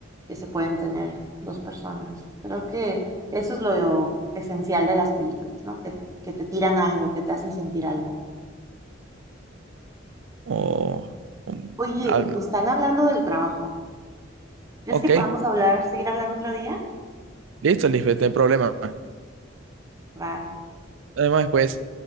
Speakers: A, on the right (about 15°); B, on the right (about 70°).
A: que se pueden tener dos personas. Creo que eso es lo esencial de las películas, ¿no? Que, que te tiran algo, que te hacen sentir algo.
B: O, um,
A: Oye,
B: ah,
A: me están hablando del trabajo. ¿Crees
B: ok,
A: que podamos hablar, seguir hablando otro día?
B: listo, Lisbeth, no hay problema.
A: Va.
B: Además, después.